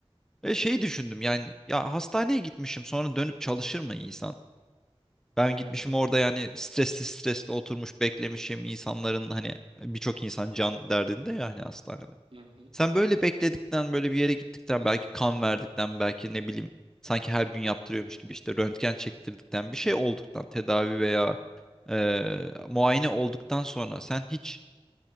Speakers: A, in the centre; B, on the right.
A: Ve şey düşündüm yani ya hastaneye gitmişim sonra dönüp çalışır mı insan? Ben
B: Yani.
A: gitmişim orada yani stresli stresli oturmuş beklemişim insanların hani birçok insan can derdinde ya hani hastanede.
B: Hı hı. Hı
A: Sen böyle bekledikten böyle bir yere gittikten belki kan verdikten belki ne bileyim sanki her gün yaptırıyormuş gibi işte röntgen çektirdikten bir şey olduktan tedavi veya eee, muayene olduktan sonra sen hiç